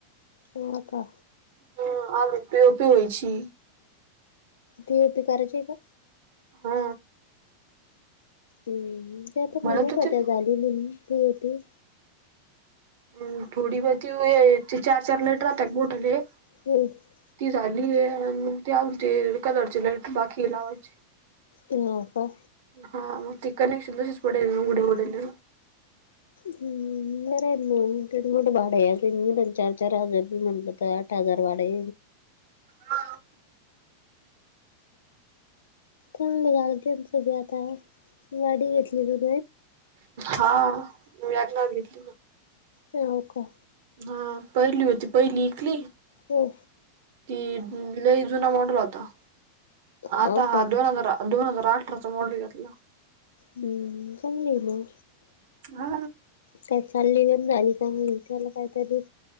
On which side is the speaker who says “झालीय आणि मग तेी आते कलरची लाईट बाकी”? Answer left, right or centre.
Right